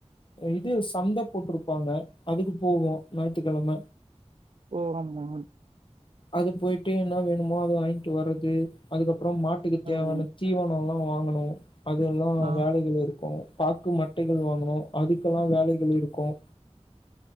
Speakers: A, on the left; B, on the right.
A: இது சந்த போட்டிருப்பாங்க அதுக்கு போகும் ந ஏ,,,,,, த்து கிழம
B: ஓ ஆமா
A: அது போய்ட்டு என்ன வேணுமோ அது வாங்கிட்டு ம்ம்ம்மீஓ. அதுக்கப்புறம் மாட்டுக்கு
B: ம்
A: தேவையான தீவனம் <unintelligible> வாங்கணும் அது எல்லாம்
B: ஆ
A: வேலைகள் இருக்கும் பாக்கு மட்டைகள் வாங்குனோம் அதுக்கெல்லாம் வேலை <unintelligible> இருக்கும்